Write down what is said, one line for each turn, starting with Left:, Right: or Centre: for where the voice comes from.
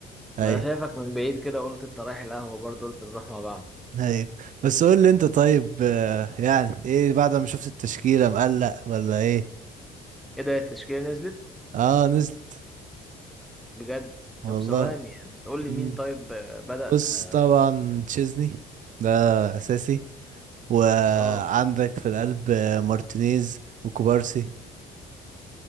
Right: اي
Centre: ده انا شايفك من بعيد كده قلت انت رايح القهوه برضه قلت نروح مع بعض
Right: اي بس قول لي انت طيب آه، يعني ايه بعد ما شفت التشكيلة مقلق ولا ايه
Centre: ايه ده التشكيله نزلت
Right: اه نزلت
Centre: بجد
Right: والله
Centre: طب ثواني بتقول
Right: مم.
Centre: لي مين طيب آه، بدأ
Right: بص
Centre: اه
Right: طبعا تشيزني ده اساسي وعندك
Centre: آه.
Right: في القلب مارتينيز وكوبارسي